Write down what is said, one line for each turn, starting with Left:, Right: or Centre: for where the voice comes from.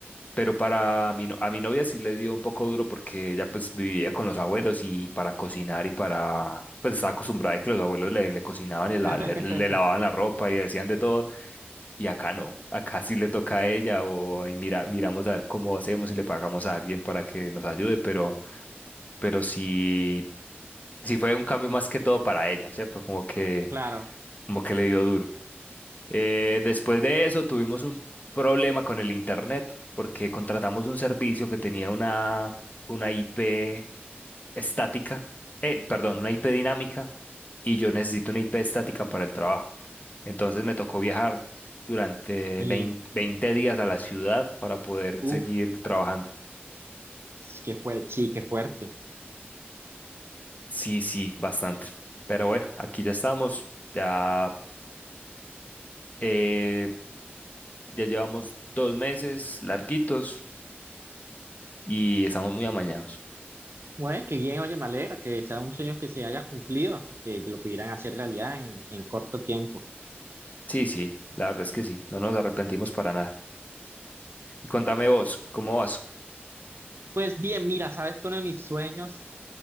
Left: Pero para mi, no- a mi novia sí le dio un poco duro porque ella pues vivía con los abuelos y para cocinar y para... Pues estaba acostumbrada a que los abuelos le, le cocinaban y la-
Right: <laughs>
Left: le le- lavaban la ropa y decían de todo. Y acá no, acá sí le toca a ella o ahí mira, miramos a ver cómo hacemos y le pagamos a alguien para que nos ayude, pero, pero sí, sí fue un cambio más que todo para ella, ¿cierto? Como que,
Right: Claro.
Left: como que le dio duro. Eh, después de eso tuvimos un problema con el internet porque contratamos un servicio que tenía una, una IP estática, eh, perdón, una IP dinámica y yo necesito una IP estática para el trabajo. Entonces me tocó viajar durante
Right: Y,
Left: 20 20 días a la ciudad para poder
Right: uff,
Left: seguir trabajando.
Right: qué fue, sí, qué fuerte.
Left: Sí, sí, bastante. Pero bueno, aquí ya estamos, ya, eh, ya llevamos dos meses larguitos y estamos muy amañados.
Right: Bueno, qué bien, oye, me alegra que sea un sueño que se haya cumplido, que lo pudieran hacer realidad en, en corto tiempo.
Left: Sí, sí, la verdad es que sí, no nos arrepentimos para nada. Y contame vos, ¿cómo vas?
Right: Pues bien, mira, sabes que uno de mis sueños